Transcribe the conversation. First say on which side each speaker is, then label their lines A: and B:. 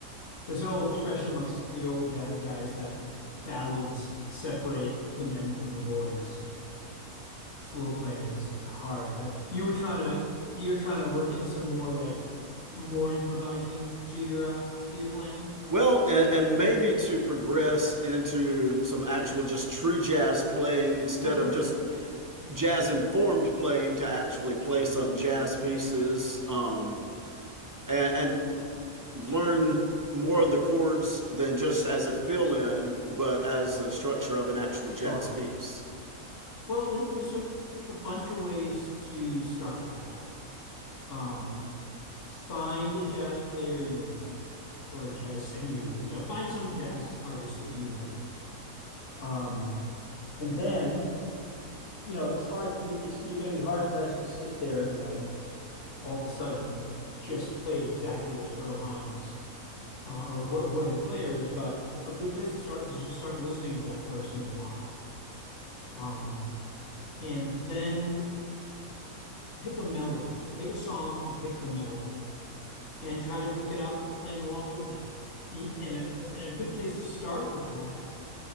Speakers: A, on the left (about 55°); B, on the right (about 25°).
A: There's an old expression amongst the old jazz guys that ballads separate the men from the boys slow playing is hard, but you were trying to you're trying to work in some more like more improvising to your uh to your playing.
B: Well, and, and maybe to progress into some actual just true jazz playing instead
A: Oh, sure.
B: of just jazz informed playing to actually play some jazz pieces. Um, and, and learn more of the chords than just as a fill-in, but as the structure of an actual
A: Sure.
B: jazz piece.
A: Well, it- there's a, a bunch of ways to start with that. Um, find a jazz player you like or a jazz singer you, you know, find some jazz artist that you like. Um, and then, you know, it's hard, you, it's, you're going to be hard pressed to sit there and like all of a sudden just play exactly like Earl Hines uh, or wh whoever the player is. But a good place to start is just start listening to that person a lot. Um, and then pick a melody, pick a song and pick the melody and try to pick it out playing along with them. E, And a, and a good place to start with that